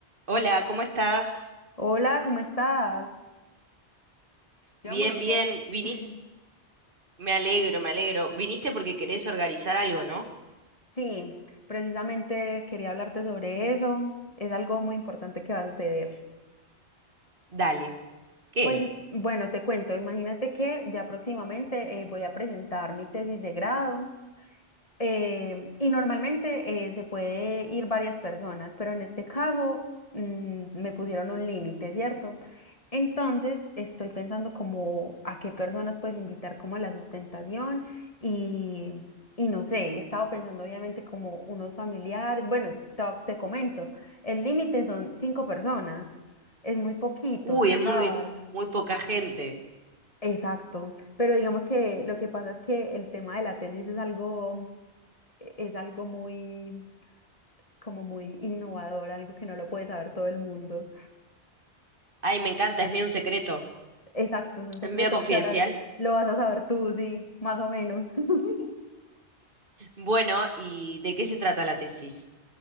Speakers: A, on the right; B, on the left.
A: Hola, ¿cómo estás?
B: Hola, ¿cómo estás? Yo
A: Bien,
B: muy
A: bien.
B: bien.
A: Viniste,
B: <laughs>
A: me alegro, me alegro. Viniste porque querés organizar algo, ¿no?
B: Sí, precisamente quería hablarte sobre eso. Es algo muy importante que va a suceder.
A: Dale. ¿Qué
B: Pues
A: es?
B: bueno, te cuento, imagínate que ya próximamente eh, voy a presentar mi tesis de grado. Eh, y normalmente eh, se puede ir varias personas, pero en este caso mm, me pusieron un límite, ¿cierto? Entonces estoy pensando como a qué personas puedes invitar como a la sustentación y, y no sé, he estado pensando obviamente como unos familiares, bueno, te, te comento, el límite son cinco personas, es muy poquito,
A: Uy,
B: total.
A: es muy, muy poca gente.
B: Exacto, pero digamos que lo que pasa es que el tema de la tesis es algo e- es algo muy, como muy innovador, algo que no lo puede saber todo el mundo.
A: Ay, me encanta, es medio un secreto,
B: Exacto, es un secreto
A: es medio confidencial.
B: que ahora lo vas a saber tú, sí, más o menos. <laughs>
A: Bueno, ¿y de qué se trata la tesis?